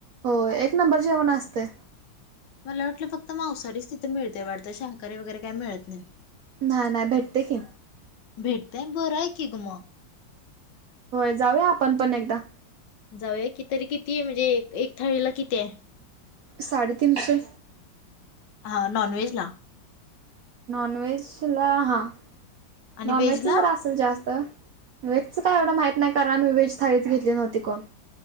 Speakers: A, on the right; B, on the left.
A: हो एक नंबर जेवणा असते
B: मला वाटलं फक्त मांसारीच तिथे मिळते वाटत शाकारी वगैरे काय मिळत नाही
A: नाही नाही भेटते की
B: भेटतेय बरं आहे की ग म
A: होय जाऊया आपण पण एकदा.
B: जाऊया की तरी किती म्हणजे एक एक थाळीला किती आहे.
A: साडे तीनशे
B: हा नॉन वेज ला
A: नॉन व्हेज ला हा
B: आणि
A: नॉनव्जच
B: व्हेज ला
A: जरा असेल जास्त वेजच काय एवढं माहत नाही कारणम्ही वेज थाळीच घेतली नव्हती कोण?